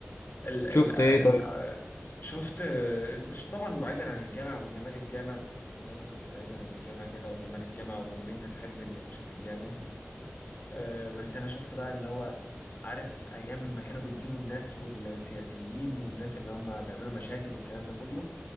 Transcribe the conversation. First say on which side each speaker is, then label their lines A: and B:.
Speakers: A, on the left; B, on the left.
A: ال ال
B: شفت
A: ال
B: ايه طيب
A: شفت ش- طبعا بعيدا عن الجامع وجمال الجامع فاهم يعني بعيدا عن الجامع كده وجمال الجامع وان انت تحب انك تشوف الجامع أه بس انا شفت بقى اللي هو عارف ايام ما كانوا بيسجنوا الناس والسياسيين والناس اللي هم بيعملوا مشاكل والكلام ده كله